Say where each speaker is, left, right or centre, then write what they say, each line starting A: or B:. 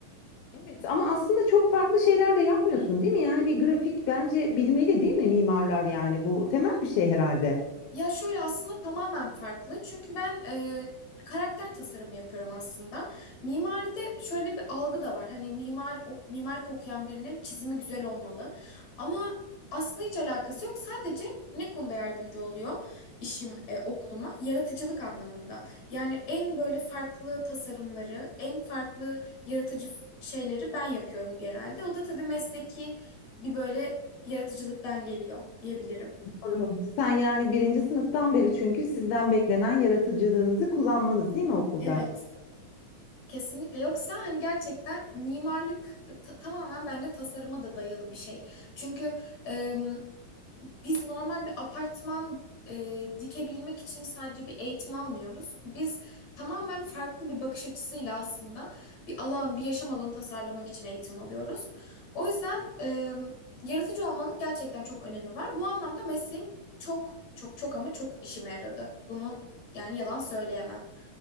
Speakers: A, on the left; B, on the left.
A: Evet, ama aslında çok farklı şeyler de yapmıyorsun, değil mi? Yani bir grafik bence bilmeli, değil mi mimarlar yani bu temel bir şey herhalde.
B: Ya şöyle aslında tamamen farklı. Çünkü ben e, karakter tasarımı yapıyorum aslında. Mimaride şöyle bir algı da var. Hani mimar o, mimarlık okuyan birinin çizimi güzel olmalı. Ama aslında hiç alakası yok. Sadece ne konuda yardımcı oluyor işim e, okuluma? Yaratıcılık anlamında. Yani en böyle farklı tasarımları, en farklı yaratıcı şeyleri ben yapıyorum genelde. O da tabii mesleki bir böyle yaratıcılıktan geliyor diyebilirim.
A: Doğru. Sen yani birinci sınıftan beri çünkü sizden beklenen yaratıcılığınızı kullanmanız değil mi okulda?
B: Evet. Kesinlikle yoksa hani gerçekten mimarlık e, ta- tamamen bence tasarıma da dayalı bir şey. Çünkü e, biz normal bir apartman e, dikebilmek için sadece bir eğitim almıyoruz. Biz tamamen farklı bir bakış açısıyla aslında bir alan, bir yaşam alanı tasarlamak için eğitim alıyoruz. O yüzden e, yaratıcı olmanın gerçekten çok önemi var. Bu anlamda mesleğim çok çok çok ama çok işime yaradı. Bunu yani yalan söyleyemem.